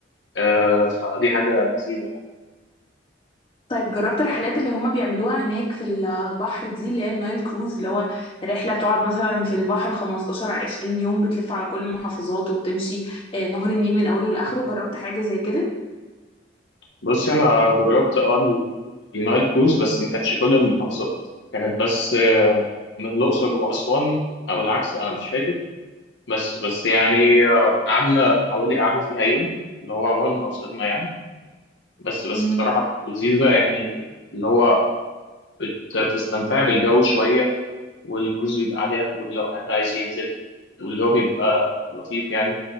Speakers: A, on the left; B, on the left.
A: آه فدي حاجة لذيذة يعني
B: طيب جربت الرحلات اللي هما بيعملوها هناك في البحر دي اللي هي النايل كروز اللي هو رحلة بتقعد مثلا في البحر 15 20 يوم بتلف على كل المحافظات وبتمشي آه، نهر النيل من أوله لآخره جربت حاجة زي كده
A: بصي أنا جربت أه ال- النايل كروز بس ما كانتش كل المحافظات كانت بس آه من الأقصر وأسوان أو العكس أنا مش فاكر بس بس يعني آه، قعدنا حوالي قعدنا فيها يوم اللي هو عبال ما وصلنا يعني بس بس
B: مم.
A: بصراحة كانت لذيذة يعني اللي هو بت- بتستمتعي بالجو شوية والكروز بيبقى عليها طول لو حد عايز ينزل والجو بيبقى لطيف يعني